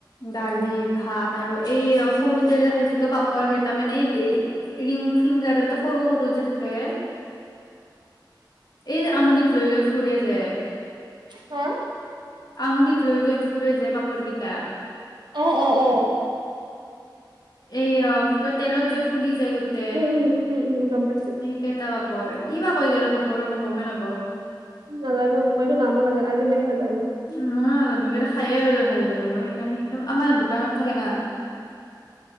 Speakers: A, on the left; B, on the right.
A: দালি ভাত আৰু এই সৰুতে যে খাইছিলো, পাপৰ কেইটামান এই ৰিং ফিংগাৰতে সৰু সৰু যে থাকে।
B: <inaudible>
A: এইযে আঙুলিত লৈ লৈ ফুৰে যে।
B: হা
A: আঙুলিত লৈ লৈ ফুৰে যে পাপৰকেইটা।
B: অ অ অ।
A: এ অ কি কয় তেলত যে ফুলি যায় গো তে,
B: উম উম উম উম গম পাইছো
A: সেইকেটা পাপৰ কি বা কয় মই গমেই নাপাওঁ।
B: নাজানো মইতো নামো নাজানো আজিলৈকে নাজানো।
A: উম, মইয়ো নাজানো সেইকেইটা খায়ে ভাল লাগে মোৰ সেইকাৰণে আমাৰ দোকানত থাকে না,